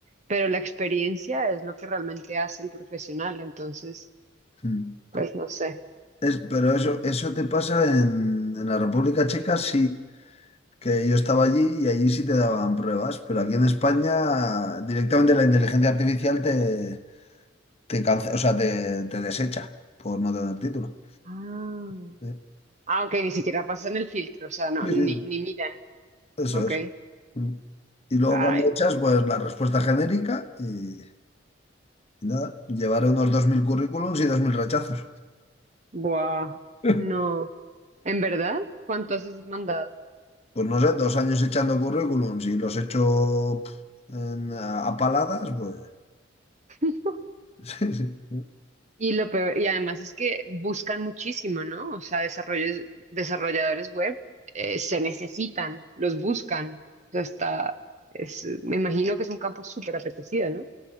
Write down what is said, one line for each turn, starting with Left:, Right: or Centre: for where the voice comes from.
Right: pero la experiencia es lo que realmente hace el profesional. Entonces,
Left: <laughs>
Right: pues no sé.
Left: Es- pero eso, eso te pasa en, en la República Checa, sí, que yo estaba allí y allí sí te daban pruebas, pero aquí en España directamente la inteligencia artificial te, te cance- o sea, te, te desecha por no tener título.
Right: Ah,
Left: ¿eh?
Right: ah ok, ni siquiera pasan el filtro, o sea, no,
Left: Sí,
Right: ni,
Left: sí,
Right: ni miran.
Left: eso
Right: Ok.
Left: es. Mm. Y luego
Right: Ay,
Left: cuando
Right: no.
Left: echas, pues la respuesta genérica y, y nada, llevaré unos 2.000 currículums y 2.000 rechazos.
Right: Buah,
Left: <laughs>
Right: no. ¿En verdad? ¿Cuántos has mandado?
Left: Pues no sé, dos años echando currículums y los echo pf, en- a, a paladas, pues
Right: <laughs>
Left: Sí, sí.
Right: Y lo peor, y además es que buscan muchísimo, ¿no? O sea, desarrollos, desarrolladores web eh, se necesitan, los buscan. O sea, está, es, me imagino que es un campo súper apetecido, ¿no?